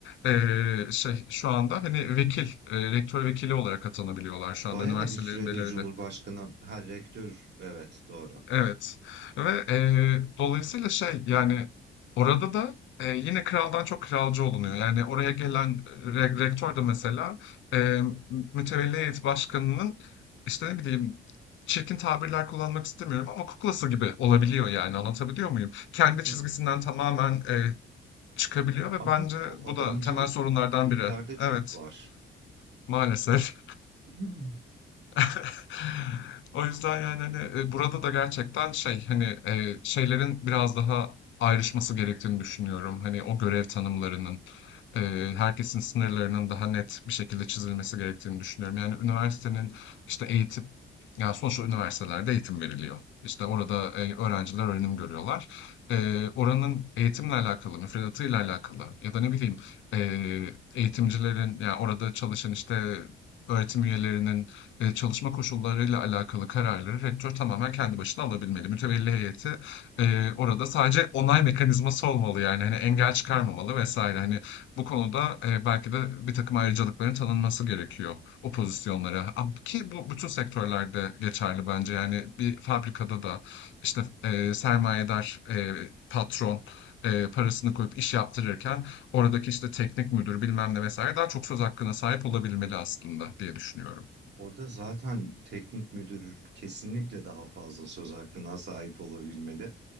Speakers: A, on the left; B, on the right.
A: Eee, şey şu anda hani vekil, eee, rektör vekili olarak atanabiliyorlar şu
B: Bayağı
A: anda üniversitelerin
B: bir süredir
A: belirledi.
B: Cumhurbaşkanı, her rektör, evet doğru.
A: Evet. Ve eee, dolayısıyla şey yani orada da eee, yine kraldan çok kralcı olunuyor. Yani oraya gelen re- rektör de mesela eee mütevelli heyet başkanının işte ne bileyim çirkin tabirler kullanmak istemiyorum ama kuklası gibi olabiliyor yani anlatabiliyor muyum? Kendi çizgisinden
B: Hı.
A: tamamen eee, çıkabiliyor ve
B: Ama
A: bence
B: bu
A: bu
B: adamcılık
A: da temel sorunlardan
B: Türklerde
A: biri.
B: çok
A: Evet.
B: var.
A: Maalesef.
B: <laughs> Hı.
A: <laughs> O yüzden yani hani e, burada da gerçekten şey hani e, şeylerin biraz daha ayrışması gerektiğini düşünüyorum. Hani o görev tanımlarının e, herkesin sınırlarının daha net bir şekilde çizilmesi gerektiğini düşünüyorum. Yani üniversitenin işte eğitim yani sonuçta üniversitelerde eğitim veriliyor. İşte orada e, öğrenciler öğrenim görüyorlar. E, oranın eğitimle alakalı, müfredatıyla alakalı ya da ne bileyim e, eğitimcilerin yani orada çalışan işte öğretim üyelerinin Eee, çalışma koşullarıyla alakalı kararları rektör tamamen kendi başına alabilmeli. Mütevelli heyeti, eee, orada sadece onay mekanizması olmalı, yani, hani, engel çıkarmamalı vesaire Hani, bu konuda, eee, belki de bir takım ayrıcalıkların tanınması gerekiyor o pozisyonlara. A ki bu bütün sektörlerde geçerli bence. Yani, bir fabrikada da, işte, eee, sermayedar, eee, patron, eee, parasını koyup iş yaptırırken oradaki, işte, teknik müdür bilmem ne vesaire daha çok söz hakkına sahip olabilmeli aslında diye düşünüyorum.
B: Orada zaten teknik müdür kesinlikle daha fazla söz hakkına sahip olabilmeli.